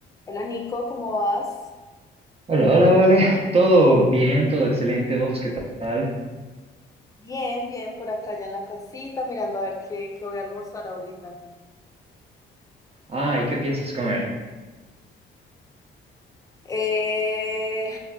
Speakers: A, on the left; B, on the right.
A: Hola Nico, ¿cómo vas?
B: Hola, hola, vale. Todo bien, todo excelente. ¿Vos qué tal?
A: Bien, bien, por acá ya en la casita, mirando a ver qué, qué voy a almorzar ahorita.
B: Ah, ¿y qué piensas comer?
A: Eh,